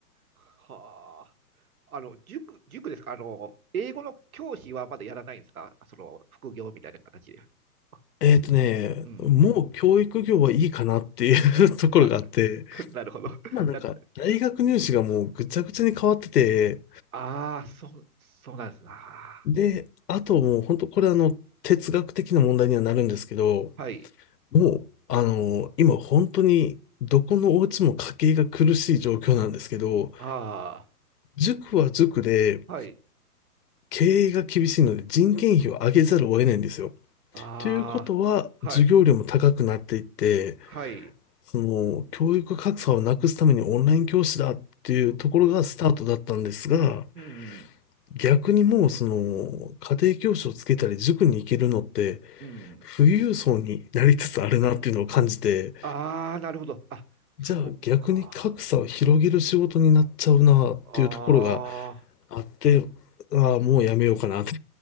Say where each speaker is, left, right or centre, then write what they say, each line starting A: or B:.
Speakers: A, on the right; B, on the left.
A: はあ。あの、塾、塾ですかあの、英語の教師はまだやらないんですかその、副業みたいな形で。あ
B: えっとね、
A: うん。
B: もう教育業はいいかなっていう <laughs> ところがあって、
A: あ <laughs> なるほど。<laughs>
B: まあなんか大学入試がもうぐちゃぐちゃに変わってて、
A: なああ、そう、そうなんですな。
B: で、あともう本当これあの哲学的な問題にはなるんですけど、
A: うんはい。
B: もうあの今本当にどこのお家も家計が苦しい状況なんですけど、
A: あ
B: 塾は塾で
A: あ、はい。
B: 経営が厳しいので人件費を上げざるを得ないんですよ。
A: ああ、
B: ということは授業料も高くなっていって、
A: はい。はい。
B: その教育格差をなくすためにオンライン教師だっていうところがスタートだったんですが、
A: うんうん。
B: 逆にもうその家庭教師をつけたり塾に行けるのって
A: うん。
B: 富裕層になりつつあるなっていうのを感じて、
A: ああ、なるほど。あ、そっか。
B: じゃあ逆に格差を広げる仕事になっちゃうなっていうところが
A: ああ、
B: あって、ああ、もうやめようかなって。